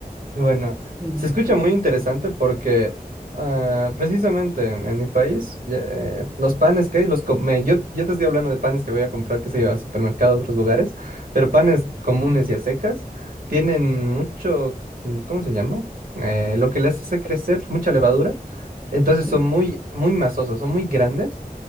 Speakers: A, on the right; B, on the right.
A: Bueno,
B: Sí,
A: se escucha muy interesante porque ah, precisamente en, en mi país ya, eh, los panes que hay, los co- me- yo, yo te estoy hablando de panes que voy a comprar, que se lleva al supermercado a otros lugares, pero panes
B: sí,
A: comunes y a secas tienen mucho, mm, ¿cómo se llama? Eh, lo que les hace crecer, mucha levadura. Entonces
B: sí.
A: son muy, muy masosos, son muy grandes